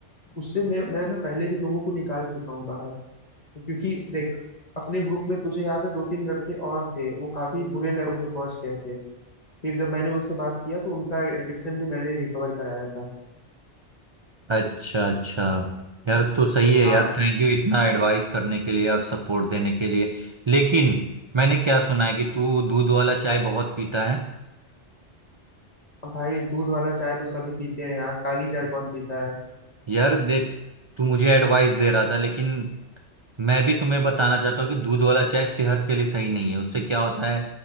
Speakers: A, on the left; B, on the right.
A: उससे मैं मैं ना पहले भी लोगों को निकाल चुका हूँ बाहर क्योंकि देख अपने ग्रुप में तुझे याद है दो तीन लड़के और थे वो काफी बुरे लेवल पे पहुंच गए थे फिर जब मैंने उनसे बात किया तो उनका एडिक्शन भी मैंने रिकवर कराया था
B: अच्छा अच्छा यार तो सही है
A: हाँ
B: यार थैंक यू इतना एडवाइस करने के लिए और सपोर्ट देने के लिए लेकिन मैंने क्या सुना है कि तू दूध वाला चाय बहुत पीता है
A: अब भाई दूध वाला चाय तो सभी पीते हैं यार काली चाय कौन पीता है
B: यार देख तू मुझे एडवाइस दे रहा था लेकिन मैं भी तुम्हें बताना चाहता हूँ कि दूध वाला चाय सेहत के लिए सही नहीं है उससे क्या होता है